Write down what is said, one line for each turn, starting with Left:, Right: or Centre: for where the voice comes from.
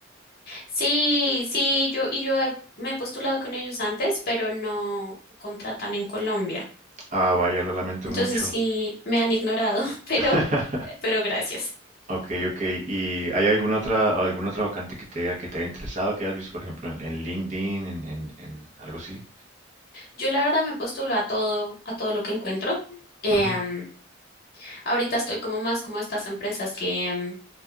Left: Sí, sí, yo y yo he- me he postulado con ellos antes, pero no contratan en Colombia.
Right: Ah, vaya, lo lamento
Left: Entonces
Right: mucho.
Left: sí me han ignorado, <laughs> pero
Right: <laughs>
Left: pero gracias.
Right: Ok, ok. ¿Y hay alguna otra, alguna otra vacante que te haya, que te haya interesado, que hayas visto, por ejemplo, en, en LinkedIn, en, en- en algo así?
Left: Yo la verdad me postulo a todo, a todo lo que encuentro. Em,
Right: Ujú,
Left: ahorita estoy como más como estas empresas que em,